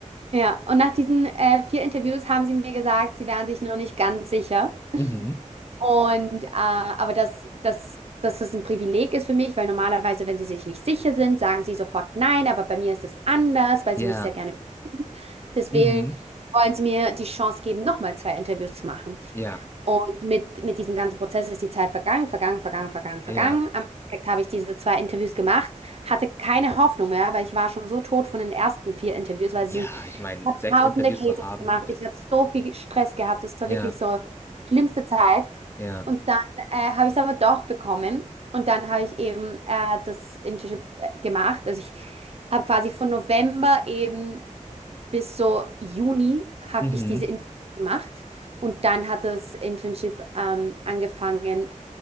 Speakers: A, on the right; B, on the left.
A: Ja, und nach diesen äh, vier Interviews haben sie mir gesagt, sie wären sich noch nicht ganz sicher.
B: Mhm.
A: Und äh, aber dass, dass, dass das ein Privileg ist für mich, weil normalerweise, wenn sie sich nicht sicher sind, sagen sie sofort nein, aber bei mir ist es anders, weil
B: Ja.
A: sie mich sehr gerne mögen. Deswegen
B: Mhm.
A: wollen sie mir die Chance geben, nochmal zwei Interviews zu machen.
B: Ja.
A: Und mit, mit diesem ganzen Prozess ist die Zeit vergangen, vergangen, vergangen, vergangen, vergangen.
B: Ja.
A: Am Endeffekt habe ich diese zwei Interviews gemacht, hatte keine Hoffnung mehr, weil ich war schon so tot von den ersten vier Interviews, weil
B: Ja,
A: es sind, ich
B: ich meine,
A: habe
B: sechs
A: tausende
B: Interviews
A: Cases
B: zu haben.
A: gemacht,
B: äh,
A: ich habe so viel Stress gehabt, das war
B: Ja.
A: wirklich so schlimmste Zeit.
B: Ja.
A: Und dann äh, habe ich es aber doch bekommen und dann habe ich eben äh, das Internship äh, gemacht. Also ich habe quasi von November eben bis so Juni habe
B: Mhm.
A: ich diese Internship gemacht und dann hat das Internship ähm, angefangen